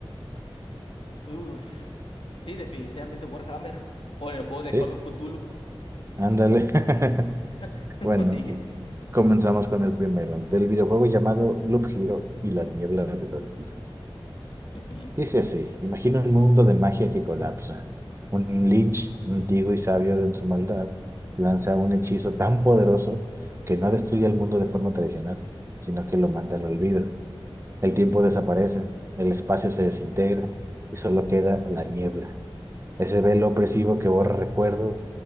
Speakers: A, on the left; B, on the right.
A: ujú. Uf, sí, definitivamente Warhammer. O en el juego de
B: ¿Sí?
A: Call of Cthulhu,
B: Ándale. <laughs>
A: <laughs>
B: Bueno,
A: prosigue.
B: comenzamos con el primero, del videojuego llamado Loop Hero y la niebla del olvido.
A: Ujú,
B: Dice así, imagina un mundo de magia que colapsa. Un Lynch, antiguo y sabio de su maldad, lanza un hechizo tan poderoso que no destruye el mundo de forma tradicional, sino que lo manda al olvido. El tiempo desaparece, el espacio se desintegra y solo queda la niebla ese velo opresivo que borra recuerdos